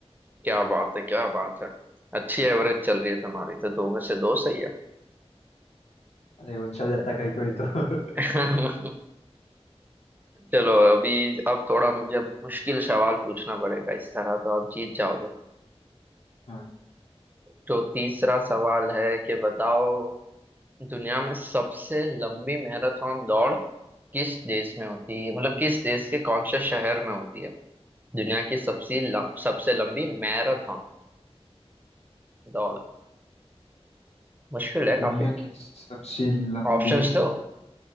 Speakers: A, on the right; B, on the left.
A: क्या बात है क्या बात है अच्छी एवरेज चल रही है तुम्हारी तो दो में से दो सही है
B: अरे वो चल जाता है कभी कभी तो
A: <laughs> चलो अभी अब थोड़ा मुझे मुश्किल सवाल पूछना पड़ेगा इस तरह तो आप जीत जाओगे
B: <laughs> हाँ
A: तो तीसरा सवाल है कि बताओ दुनिया में सबसे लंबी मैराथन दौड़ किस देश में होती है मतलब किस देश के कौन से शहर में होती है दुनिया की सबसे लम, सबसे लंबी मैराथन दौड़ मुश्किल है
B: दुनिया
A: काफी
B: की सबसे लंबी
A: ऑप्शंस दो